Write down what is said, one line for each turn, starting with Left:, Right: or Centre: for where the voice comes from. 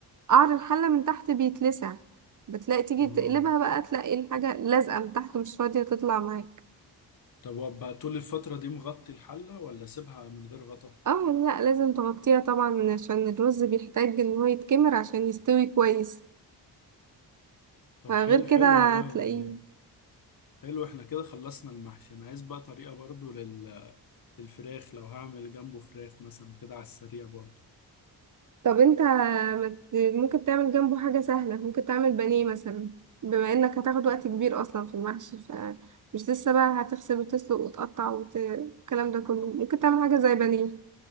Right: قعر الحلة من تحت بيتلسع بتلاقي تيجي
Left: اه
Right: تقلبها بقى تلاقي الحاجة لازقة من تحت مش راضية تطلع معاك
Left: طب وابقى طول الفترة دي مغطي الحلة ولا اسيبها من غير غطا؟
Right: اه لا لازم تغطيها طبعا عشان الرز بيحتاج ان هو يتكمر عشان يستوي كويس
Left: طب
Right: فغير
Left: حلو حلو
Right: كده
Left: والله
Right: هتلاقيه
Left: يعني حلو احنا كده خلصنا المحشي انا عايز بقى طريقة برضو لل... للفراخ لو هعمل جنبه فراخ مثلا كده على السريع برضو
Right: طب انت ما ت- ممكن تعمل جنبه حاجة سهلة ممكن تعمل بانيه مثلا بما انك هتاخد وقت كبير اصلا في المحشي فمش لسه بقى هتغسل وتسلق وتقطع والكلام ده كله ممكن تعمل حاجة زي بانيه